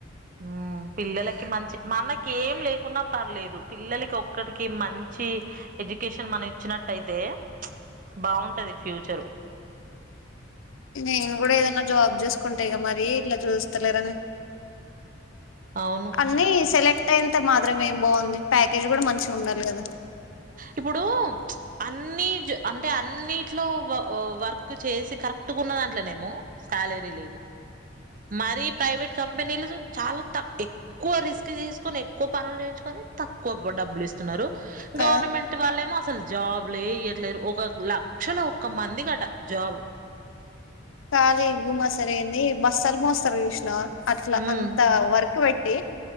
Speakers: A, on the right (about 40°); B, on the left (about 85°).
A: ఆ పిల్లలకి మంచి మనకి ఏం లేకున్నా పర్లేదు పిల్లలకి ఒక్కటికి మంచి ఎడ్యుకేషన్ మనం ఇచ్చినట్లు అయితే బాగుంటది ఫ్యూచరు
B: నేను కూడా ఏదనా జాబ్ చేసుకుంటాయి క మరి ఇట్లా చూస్తలేరని
A: అవును.
B: అన్ని సెలక్ట్ అంత ఇంత మాత్రం ఏం బాగుంది ప్యాకేజ్ కూడా మంచి ఉండాలి కదా
A: ఇప్పుడు అన్ని అంటే అన్నిట్లో వర్క్ చేసి కరెక్ట్ చకున్న దాంట్లోనేమ శాలరీ లేదు మరి ప్రైవట్ కంపెనీలు చాల త ఎక్కువ రిస్క్ చేసుకొని ఎక్కువ పనులు చేయించుకొని తక్కువ డబ్బులు ఇస్తున్నారు
B: కదా
A: గవర్నమెంట్ వాళ్ళేమో అసలు జాబ్లే ఇవ్వ ఒక లక్షలో ఒక్క మందికి అంట జాబ్
B: కాదీ గుమస్తలు అన్ది బస్సాలు మోస్తారు చూసినవా అట్లా
A: హ్మ్.
B: అంత వర్ వర్క్ పెట్టి